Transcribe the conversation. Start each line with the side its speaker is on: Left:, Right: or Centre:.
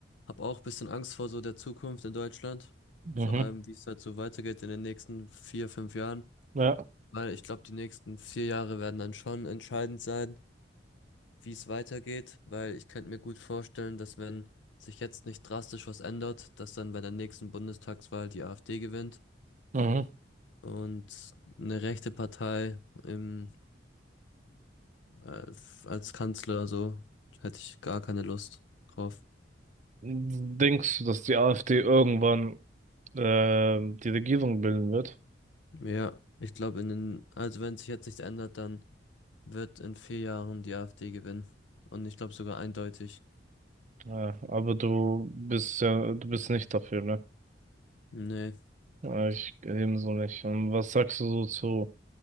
Left: habe auch bisschen Angst vor so der Zukunft in Deutschland.
Right: Mhm.
Left: Vor allem, wie es halt so weitergeht in den nächsten vier, fünf Jahren.
Right: Ja.
Left: Weil ich glaube, die nächsten vier Jahre werden dann schon entscheidend sein, wie es weitergeht, weil ich könnte mir gut vorstellen, dass wenn sich jetzt nicht drastisch was ändert, dass dann bei der nächsten Bundestagswahl die AfD gewinnt
Right: Mhm.
Left: und eine rechte Partei im, äh, f- als Kanzler, so hätte ich gar keine Lust drauf.
Right: Denkst du, dass die AfD irgendwann ähm, die Regierung bilden wird?
Left: Ja, ich glaube, in den, also wenn sich jetzt nichts ändert, dann wird in vier Jahren die AfD gewinnen. Und ich glaube sogar eindeutig.
Right: Ja, aber du bist ja, du bist nicht dafür, ne?
Left: Nee,
Right: Ja, ich ebenso nicht. Und was sagst du so zu